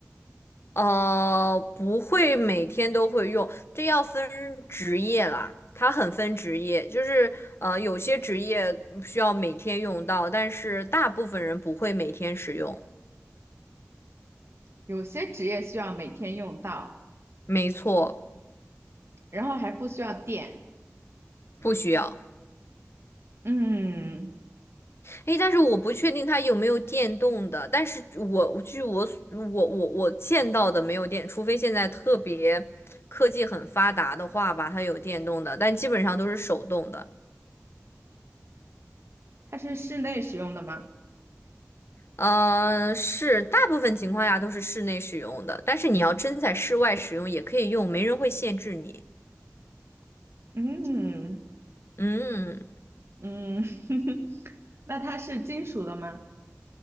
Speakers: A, on the left; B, on the right.
A: 呃，不会每天都会用，这要分职业啦。它很分职业，就是呃，有些职业需要每天用到，但是大部分人不会每天使用。
B: 有些职业需要每天用到，
A: 没错，
B: 然后还不需要电。
A: 不需要。
B: 嗯，
A: 诶，但是我不确定它有没有电动的，但是我据我所我我我见到的没有电，除非现在特别科技很发达的话吧，它有电动的，但基本上都是手动的。
B: 它是室内使用的吗？
A: 呃，是大部分情况下都是室内使用的，但是你要真在室外使用也可以用，没人会限制你。
B: 嗯
A: 嗯
B: 嗯，<laughs> 那它是金属的吗？